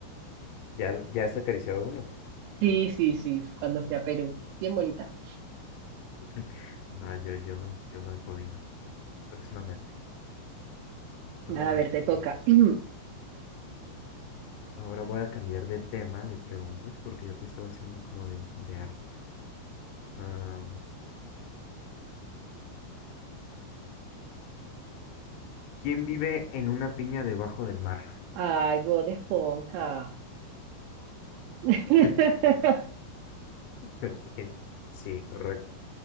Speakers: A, on the left (about 75°); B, on the right (about 90°).
A: ya, ya has acariciado uno.
B: Sí, sí, sí, fue cuando fui a Perú. Bien bonita.
A: <laughs> No, yo, yo no, yo no he podido. Próximamente. Ok,
B: A ver, te toca. <clears throat>
A: Ahora voy a cambiar de tema de preguntas porque yo te estaba haciendo como de, de arte. Ah, ¿quién vive en una piña debajo del mar?
B: Ay, Bob Esponja. <laughs>
A: <laughs> Ok, Sí, correcto,